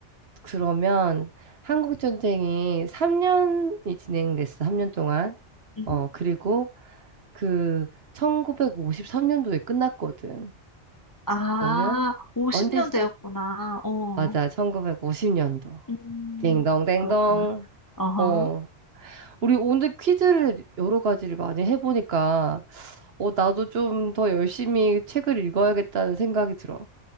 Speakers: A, on the right; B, on the left.
A: 그러면 한국전쟁이 3년이 진행됐어, 3년 동안.
B: 음흠.
A: 어, 그리고 그 1953년도에 끝났거든.
B: 아,
A: 그러면
B: 50년대였구나.
A: 언제 시작?
B: 어,
A: 맞아, 1950년도.
B: 음,
A: 딩동댕동.
B: 그렇구나. 어허
A: 어, 우리 오늘 퀴즈를 여러 가지를 많이 해보니까, 어, 나도 좀 더 열심히 책을 읽어야겠다는 생각이 들어.